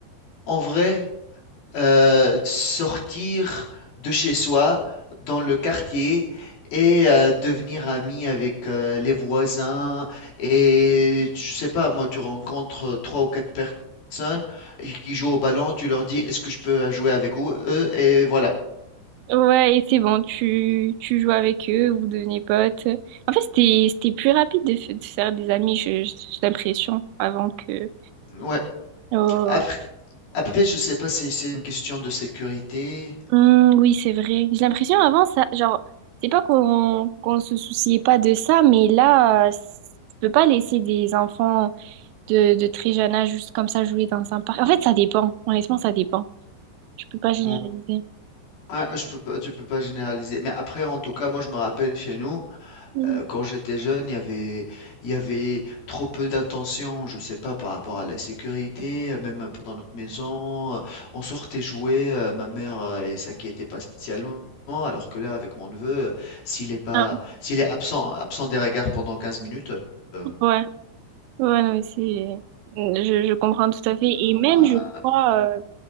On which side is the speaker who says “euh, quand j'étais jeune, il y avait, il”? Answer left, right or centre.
Left